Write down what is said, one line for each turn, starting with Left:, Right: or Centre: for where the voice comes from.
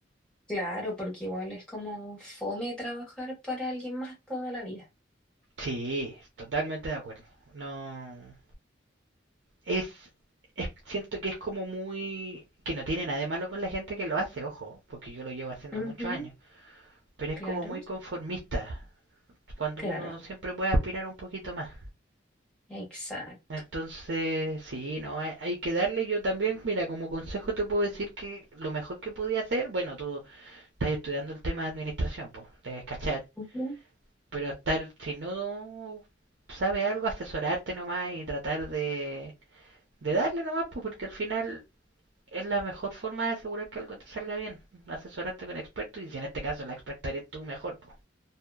Centre: claro, porque igual es como fome trabajar para alguien más toda la vida.
Right: Sí, totalmente de acuerdo. No. Es, es. Siento que es como muy. Que no tiene nada de malo con la gente que lo hace, ojo, porque yo lo llevo haciendo
Centre: Ujú,
Right: muchos años. Pero es
Centre: claro,
Right: como muy conformista. cuando
Centre: claro,
Right: uno siempre puede aspirar un poquito más.
Centre: exacto.
Right: Entonces, sí, no, hay, hay que darle. Yo también, mira, como consejo te puedo decir que lo mejor que podía hacer, bueno, tú estás estudiando el tema de administración, pues, debes cachar,
Centre: Ujú,
Right: pero estar, si no sabes algo, asesorarte nomás y tratar de, de darle nomás, pues, porque al final es la mejor forma de asegurar que algo te salga bien, asesorarte con expertos y si en este caso la experta eres tú, mejor, pues.